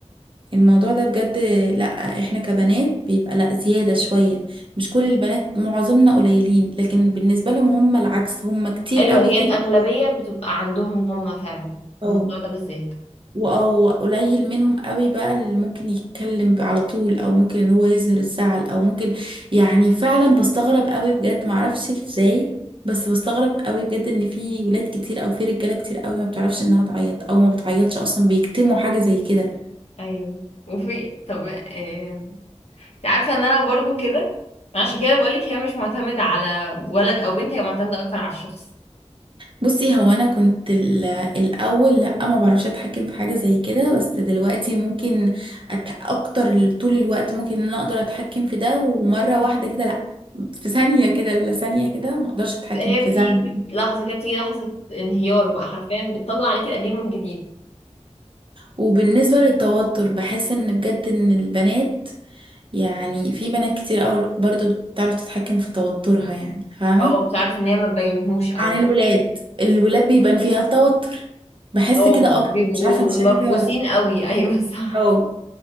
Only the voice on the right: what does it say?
الموضوع ده بجد لا احنا كبنات بيبقى لا زيادة شوية مش كل البنات معظمنا قليلين لكن بالنسبة لهم هم العكس هم كتير
قوي
كده
او
او قليل منهم قوي بقى اللي ممكن يتكلم على طول او ممكن ان هو يظهر الزعل او ممكن يعني فعلا بستغرب قوي بجد معرفش ازاي بس بستغرب قوي بجد ان في ولاد كتير او في رجاله كتير قوي ما بتعرفش انها تعيط او ما بتعيطش اصلا بيكتموا حاجه زي كده
بصي هو انا كنت ال- الاول لا ما بعرفش اتحكم في حاجه زي كده بس دلوقتي ممكن أت... اكتر طول الوقت ممكن ان انا اقدر اتحكم في ده ومره واحده كده لا في ثانيه كده لا ثانيه كده ما اقدرش اتحكم
في
زعلي
وبالنسبه للتوتر بحس ان بجد ان البنات يعني في بنات كتير أوي برضو بتعرف تتحكم في توترها يعني فاهمه
عن الولاد الولاد بيبان فيها التوتر بحس
كده اكتر
مش عارفه انت
شايفه كده ولا لا
آه.